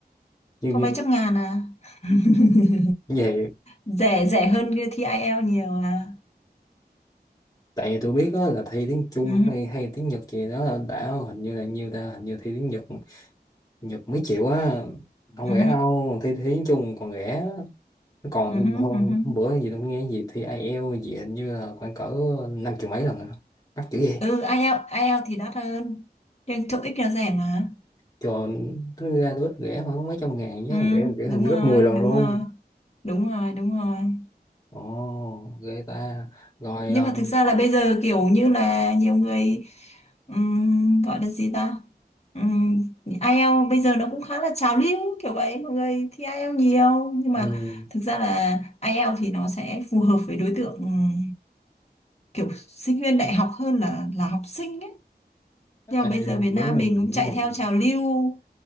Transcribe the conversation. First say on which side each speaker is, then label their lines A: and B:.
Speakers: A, on the left; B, on the left.
A: Nhiêu
B: có
A: nhiêu?
B: mấy trăm ngàn à. <laughs>
A: Vậy
B: Rẻ rẻ hơn cái thi IELTS nhiều à.
A: tại vì tôi biết đó là thi tiếng Trung
B: Ừ,
A: hay hay tiếng Nhật gì đó là đã hình như là nhiêu ta hình như thi tiếng Nhật Nhật mấy triệu á không
B: ừ,
A: rẻ đâu thi, thi tiếng Trung còn rẻ còn
B: ừ, ừ,
A: hôm
B: ừ.
A: bữa gì tôi nghe gì thi IELTS gì hình như là khoảng cỡ năm triệu mấy lần rồi đó. mắc chữ gì
B: Ừ, IELTS, IELTS thì đắt hơn. Nhưng TOEIC là rẻ mà.
A: cho tính ra tôi ít rẻ hơn mấy trăm ngàn nhớ
B: Ừ,
A: rẻ rẻ
B: đúng
A: hình như
B: rồi,
A: gấp 10 lần
B: đúng
A: luôn
B: rồi. Đúng rồi, đúng rồi.
A: ồ ghê ta rồi
B: nhưng
A: ờ,
B: mà thực ra là bây giờ kiểu như là nhiều người ừm, gọi là gì ta um, IELTS bây giờ nó cũng khá là trào lưu kiểu vậy mọi người thi IELTS nhiều nhưng mà
A: ừ.
B: thực ra là IELTS thì nó sẽ phù hợp với đối tượng ừm, kiểu sinh viên đại học hơn là là học sinh ấy
A: À,
B: nhưng mà bây giờ Việt Nam
A: đúng rồi
B: mình cũng
A: đúng
B: chạy
A: rồi
B: theo trào lưu